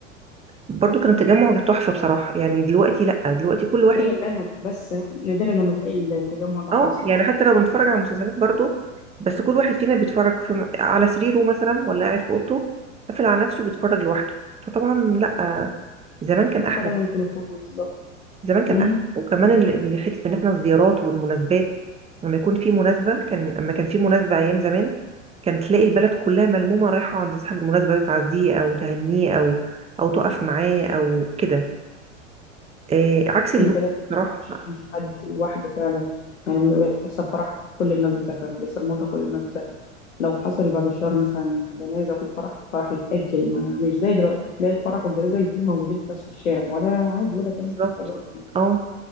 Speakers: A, on the right (about 15°); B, on the left (about 75°).
A: برضو كان التجمع تحفة بصراحة يعني دلوقتي لا دلوقتي كل واحد
B: تخيل لما بس نادرا لما تلاقي التجمع ده
A: اه
B: حاصل
A: يعني حتى لو بنتفرج على مسلسلات برضو بس كل واحد فينا بيتفرج في على سريره مثلا ولا قاعد في اوضته قافل على نفسه بيتفرج لوحده فطبعا لا زمان كان
B: نتفرج
A: احلى
B: من تليفونه بالظبط
A: زمان كان
B: أمم،
A: احسن وكمان ال- ال- حته ان احنا الزيارات والمناسبات لما يكون في مناسبه كان لما كان في مناسبه ايام زمان كان تلاقي البلد كلها ملمومه رايحه عند صاحب المناسبه ده تعزيه او تهنيه او او تقف معاه او كده آه عكس اللي
B: البلد كلها
A: راح
B: مش مش حد لوحده فعلا يعني لما بيحصل فرح كل الناس بتحضر لما بيحصل موتة كل الناس بتحضر لو حصل بعد الشهر مثلا جنازة وفي فرح الفرح يتأجل ما مش زي دلوقتي تلاقي الفرح والجنازة الاتنين موجودين في نفس الشارع ولا عادي ولا كأن
A: بالظبط
B: في حاجة أصلا
A: اه